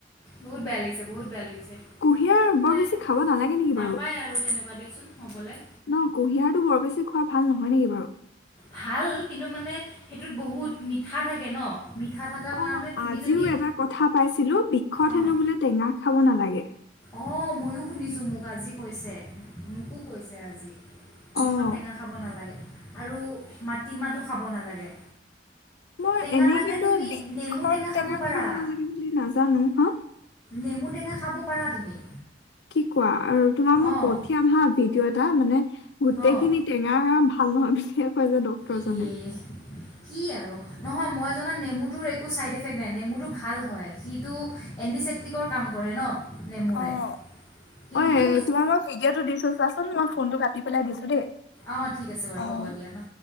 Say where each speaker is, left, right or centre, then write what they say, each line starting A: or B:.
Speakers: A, on the left (about 20°); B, on the left (about 75°).
A: বহুত বেয়া লাগিছে, বহুত বেয়া লাগিছে!
B: কুঁহিয়াৰ
A: মানে
B: বৰ বেছি খাব নালাগে নেকি
A: নাপায়
B: বাৰু?
A: আৰু <unintelligible>
B: ন' কুঁহিয়াৰটো বৰ বেছি খোৱা ভাল নহয় নেকি বাৰু?
A: ভাল! কিন্তু মানে, সেইটোত বহুত মিঠা থাকে ন'। মিঠা থকাৰ
B: অ'!
A: কাৰণে তুমি
B: আজিও
A: যদি
B: এটা কথা পাতিছিলোঁ, বিষত
A: অঁ
B: হেনোঁ বোলে টেঙা খাব নালাগে।
A: অঁ! ময়ো শুনিছোঁ, মোক আজি কৈছে, মোকো কৈছে আজি। বিষত
B: অ',
A: টেঙা খাব নালাগে। আৰু মাটিমাহটো খাব নালাগে।
B: মই
A: টেঙা
B: এনেই
A: মানে
B: কিন্তু,
A: তুমি
B: বিষত
A: নেমু
B: টেঙা
A: পাৰা
B: খাব নালাগে বুলি নাজানো। হা!
A: নেমু টেঙা খাব পাৰা তুমি।
B: কি কোৱা আৰু তোমাক মই
A: অঁ
B: পঠিয়াম হা ভিডিঅ' তেওঁ মানে, গোটেই
A: অঁ
B: খিনি টেঙা ভাল নহয় বুলিয়ে কৈ যে ডক্তৰজনে।
A: ইয়ে কি আৰু নহয় মই জনা নেমুটোৰ একো ছাইড এফেক্ট নাই। নেমুটো ভাল হয় সিটো এণ্টিচেপ্টিকৰ কাম কৰে ন'। নেমুৰে
B: অ'!
A: কিন্তু
B: অই তোমাক মই ভিডিঅ'টো দিছো চোৱাচোন মই ফোনটো কাটি কাটি পেলাই দিছোঁ দেই।
A: অ'! ঠিক আছে বাৰু
B: অ'।
A: হ'ব দিয়া ন'।